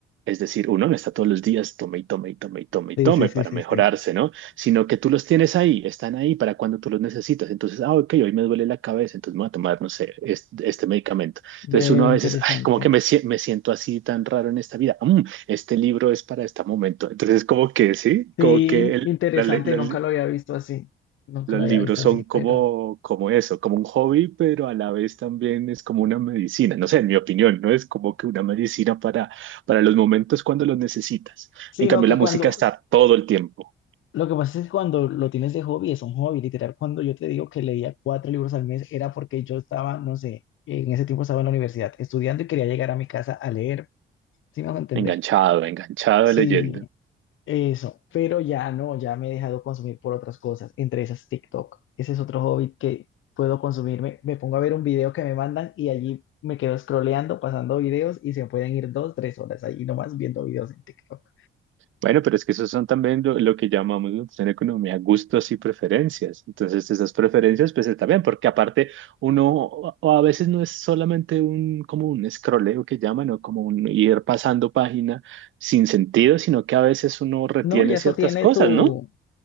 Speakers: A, on the right; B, on the left.
A: Es decir, uno no está todos los días, tome y tome y tome y tome y
B: Sí,
A: tome
B: sí, sí,
A: para
B: sí,
A: mejorarse,
B: sí.
A: ¿no? sino que tú los tienes ahí, están ahí para cuando tú los necesitas. Entonces, ah, ok, hoy me duele la cabeza, entonces me voy a tomar, no sé, este, este medicamento.
B: Ve,
A: Entonces uno a
B: interesante.
A: veces, ay, como que me, sie- me siento así tan raro en esta vida. Mm, este libro es para este momento. Entonces, como que, sí,
B: Sí,
A: como que el-
B: interesante,
A: la le- la
B: nunca
A: li-
B: lo había visto así, nunca
A: los
B: lo había
A: libros
B: visto
A: son
B: así,
A: como,
B: pero...
A: como eso, como un hobby, pero a la vez también es como una medicina. No sé, en mi opinión, ¿no? Es como que una medicina para, para los momentos cuando los necesitas.
B: Sino
A: En cambio,
B: que
A: la música
B: cuando,
A: está todo el tiempo.
B: lo que pasa es que cuando lo tienes de hobby, es un hobby, literal, cuando yo te digo que leía cuatro libros al mes, era porque yo estaba, no sé, en ese tiempo estaba en la universidad estudiando y quería llegar a mi casa a leer, ¿sí me a entender?
A: Enganchado, enganchado
B: Sí,
A: leyendo.
B: Eso, pero ya no, ya me he dejado consumir por otras cosas, entre esas TikTok. Ese es otro hobby que puedo consumirme. Me pongo a ver un video que me mandan y allí me quedo scrolleando, pasando videos y se pueden ir dos, tres horas ahí nomás viendo videos en TikTok.
A: Bueno, pero es que esos son también lo, lo que llamamos nosotros en economía gustos y preferencias. Entonces, esas preferencias, pues está bien, porque aparte uno a a veces no es solamente un como un escroleo que llaman o como un ir pasando página sin sentido, sino que a veces uno retiene
B: No, ya
A: ciertas
B: eso tiene
A: cosas,
B: tu,
A: ¿no?